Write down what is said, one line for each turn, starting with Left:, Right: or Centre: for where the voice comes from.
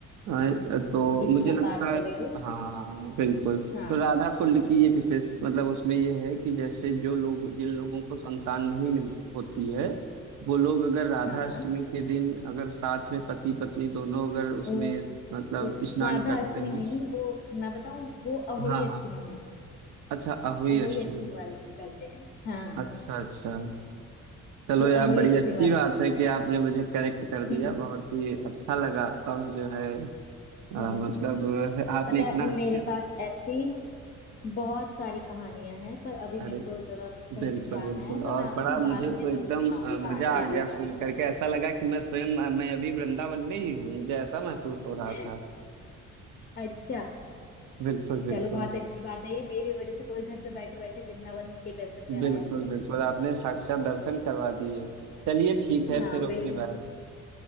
Right: हाँ, तो
Left: जिसकी
Right: मुझे
Left: आप
Right: लगता
Left: बात कर
Right: है
Left: रहे हो
Right: हाँ बिल्कुल
Left: हाँ
Right: तो राधा कुंड की ये विशेष मतलब उसमें ये है कि जैसे जो लोग जिन लोगों को संतान नहीं मिल होती है वो लोग अगर राधा
Left: हाँ
Right: अष्टमी के दिन अगर साथ में पति पत्नी दोनों अगर उसमें
Left: अ,
Right: मतलब
Left: अ,
Right: स्नान
Left: राधा
Right: करते
Left: अष्टमी
Right: हैं
Left: नहीं वो मैं बताऊँ वो अहोई
Right: हाँ
Left: अष्टमी
Right: हाँ
Left: है
Right: अच्छा अहुई
Left: अहोई
Right: अष्टमी
Left: अष्टमी वाले दिन करते हैं हाँ
Right: अच्छा अच्छा चलो
Left: वो
Right: यार
Left: अहोई
Right: बड़ी
Left: अष्टमी
Right: अच्छी
Left: वाले
Right: बात
Left: दिन होता
Right: है कि
Left: है
Right: आपने मुझे करेक्ट कर दिया
Left: <laughs>
Right: बहुत ही अच्छा लगा और जो है अ,
Left: हाँ
Right: मतलब आपने
Left: पता
Right: इतना
Left: है,
Right: अच्छे
Left: मेरे पास ऐसी बहुत सारी कहानियां हैं पर अभी
Right: अरे
Left: मेरे को जरा कहीं
Right: बिल्कुल
Left: पे जाना
Right: बिल्कुल
Left: है पर मैं
Right: और
Left: आपको
Right: बड़ा
Left: ना
Right: मुझे
Left: बाद में
Right: तो एकदम
Left: जरूर सुनाऊंगी
Right: अ,
Left: कहानी
Right: मजा आ
Left: लालजू
Right: गया सुन
Left: की
Right: करके ऐसा लगा कि मैं स्वयं अ, मैं अभी वृंदावन में ही हूँ मुझे ऐसा महसूस हो रहा
Left: <laughs>
Right: था
Left: अच्छा
Right: बिल्कुल बिल्कुल
Left: चलो बहुत अच्छी बात है ये मेरी वजह से कोई घर पे बैठे बैठे वृंदावन के दर्शन कराया
Right: बिल्कुल बिल्कुल आपने साक्षात दर्शन करवा दिए चलिए ठीक है
Left: हाँ
Right: फिर Okay
Left: बिल्कुल
Right: bye